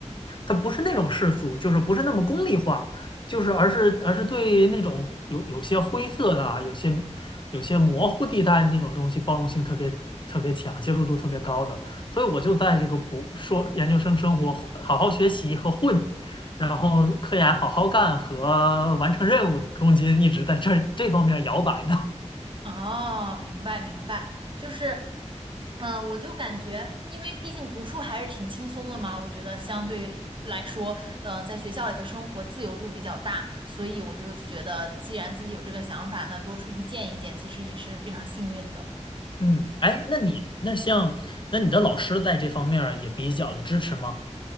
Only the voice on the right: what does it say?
哦，明白明白，就是，嗯，我就感觉，因为毕竟读书还是挺轻松的嘛，我觉得相对来说，呃，在学校里的生活自由度比较大，所以我就觉得，既然自己有这个想法，那多出去见一见，其实也是非常幸运的。